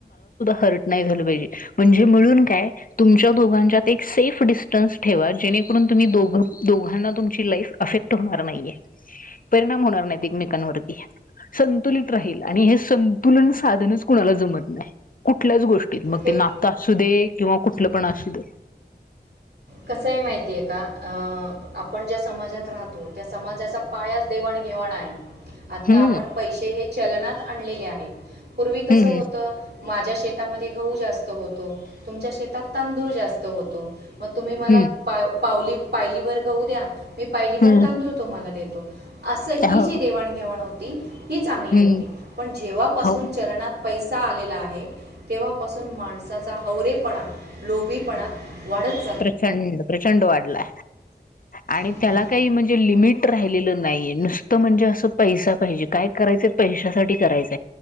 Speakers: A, on the left; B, on the right.
A: ह नाही म्हण का त दोघ एक सेफ डिस्टन ठेवा जेणेकरून तुम्ही दोघांना तुमची लाईफ अफेक्ट होणार परणाम होणार नाही एकमेकांवरती संतुलित राही आणि तुलना साधनच कुणाला जमत नाही कुठल्याच गोष्टीत मग
B: हे
A: ते नात असू दे किंवा कुठलं पण अससूध
B: कसं आहे माहितीय का अ आपण ज्या समाजात राहतो त्या समाजाचा पायाच देवाणघेवाण आहे आता
A: हम्म
B: आपण पैसे हे चलनात आणलेले आहेत पूर्वी कस
A: हम्म
B: होत माझ्या शेतामध्ये गहू जास्त होतो तुमच्या शेतात तांदूळ जास्त होतो मग तुम्ही मला
A: हम्म
B: पा पावली पायली भर गहू द्या मी पायलीभर
A: हम्म
B: तांदूळ तो म्हाला देतो अस
A: हम्म
B: ही
A: हो
B: जी देवाणघेवाण होती ही चांगली
A: हम्म
B: होती पण जेव्हापासून
A: हो
B: चलना पैसा आलेला आहे तेव्हापासून माणसाचा हवरवरेपणा लोभीपणा वाडत
A: प्रचंड प्रचंड वाढला आणि
B: हं,
A: त्याला काही म्हणजे लिमिट रा नाही नुसत म्हणजे अस पै पाहिजे काय करायच पैशसाठी करायच